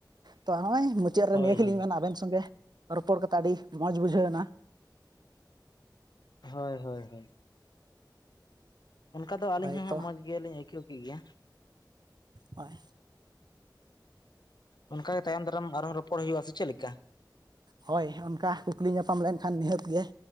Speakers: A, on the right; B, on the left.
A: ᱛᱚ ᱱᱚᱜᱼᱚᱭ, ᱢᱩᱪᱟᱹᱫ ᱨᱮ
B: ᱦᱳᱭ
A: ᱱᱤᱭᱟᱹ ᱜᱮᱞᱤᱧ
B: ᱦᱳᱭ
A: ᱢᱮᱱᱟ ᱟᱵᱮᱱ ᱥᱚᱸᱜᱮ ᱨᱚᱯᱚᱲ ᱠᱟᱛᱮᱫ ᱟᱹᱰᱤ ᱢᱚᱡᱽ ᱵᱩᱡᱷᱟᱹᱣ ᱮᱱᱟ,
B: ᱦᱳᱭ, ᱦᱳᱭ, ᱦᱳᱭ, ᱚᱱᱠᱟ ᱫᱚ ᱟᱹᱞᱤᱧ
A: ᱦᱳᱭ
B: ᱦᱚᱸ ᱦᱟᱸᱜ
A: ᱛᱚ
B: ᱢᱚᱸᱡᱽ ᱜᱮᱞᱤᱧ ᱟᱹᱭᱠᱟᱹᱣ ᱠᱮᱫ ᱜᱮᱭᱟ,
A: ᱦᱳᱭ
B: ᱚᱱᱠᱟ ᱜᱮ ᱛᱟᱭᱚᱢ ᱫᱟᱨᱟᱢ ᱟᱨᱦᱚᱸ ᱨᱚᱯᱚᱲ ᱦᱩᱭᱩᱜᱼᱟ ᱥᱮ ᱪᱮᱫᱞᱮᱠᱟ?
A: ᱦᱳᱭ ᱚᱱᱠᱟ ᱠᱩᱠᱞᱤ ᱧᱟᱯᱟᱢ ᱞᱮᱱᱠᱷᱟᱱ ᱱᱤᱦᱟᱹᱛ ᱜᱮ,